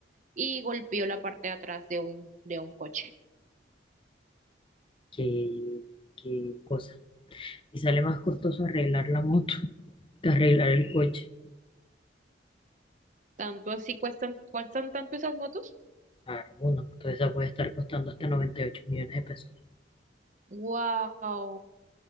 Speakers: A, on the right (about 40°); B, on the left (about 30°).
A: y golpeó la parte de atrás de un, de un coche.
B: Qué, qué cosa. Y sale más costoso arreglar la moto <laughs> que arreglar el coche.
A: Tanto así cuestan, cuestan tanto esas motos.
B: Claro, una moto de esa puede estar costando hasta 98 millones de pesos.
A: Wow,